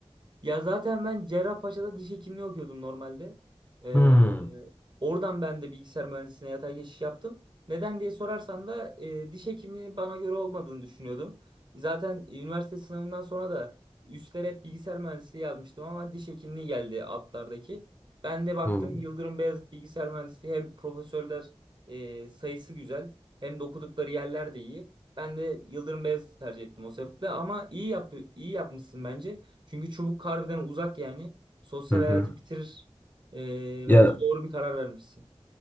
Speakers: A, on the right; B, on the left.
A: Ya zaten ben Cerrahpaşa'da diş hekimliği okuyordum normalde. Ee,
B: Hmm.
A: oradan ben de bilgisayar mühendisliğine yatay geçiş yaptım. Neden diye sorarsan da e, diş hekimliği bana göre olmadığını düşünüyordum. Zaten üniversite sınavından sonra da üstlere hep bilgisayar mühendisliği yazmıştım ama diş hekimliği geldi altlardaki. Ben de baktım
B: Hmm.
A: Yıldırım Beyazıt Bilgisayar Mühendisliği hem profesörler e, sayısı güzel hem de okudukları yerler de iyi. Ben de Yıldırım Beyazıt'ı tercih ettim o sebeple ama iyi yap iyi yapmışsın bence. Çünkü çubuk harbiden uzak yani. Sosyal
B: Hı. Hı
A: hayatı bitirir. Ee,
B: ya.
A: bence doğru bir karar vermişsin.